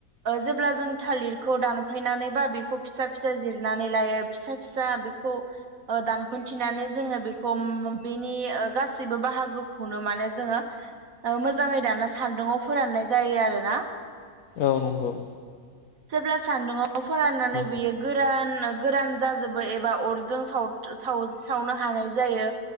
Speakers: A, on the right; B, on the left.
A: जेब्ला जों थालिरखौ दानफायनानैबा बेखौ फिसा - फिसा जिरनानै लायो फिसा- फिसा बे दानख'थिनानै जोंङो बेखौ बेनि गाससिबो बाहागोखौनो माने जोंङो मोजांङै दाना सान्दुङाव फोराननाय जायो आरो ना
B: औ नंगौ
A: जेब्ला सान्दुङाव फोराननानै
B: औ
A: बियो गोरान गोरान जाजोबो एबा अरजों सावनो हानाय जायो